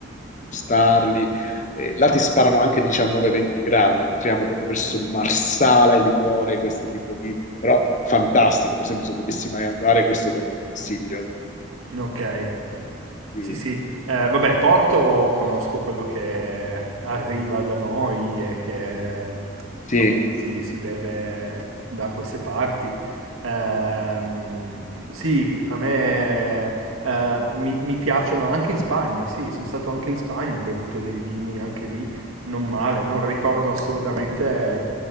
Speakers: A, on the left (about 35°); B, on the right (about 80°).
A: gustarli eh, là ti sparano anche 19-20 gradi, entriamo proprio verso il Marsala, il liquore, questo tipo di... però fantastico, per esempio se dovessi mai andare questo te lo consiglio.
B: Ok.
A: Sì,
B: Sì, sì. Eh, vabbè, Porto conosco quello che arriva da noi e che
A: sì,
B: insomma, si, si beve da queste parti. Ehm, sì, a me eh, mi, mi piacciono anche in Spagna, sì, sono stato anche in Spagna, ho bevuto dei vini anche lì, non male, non ricordo assolutamente,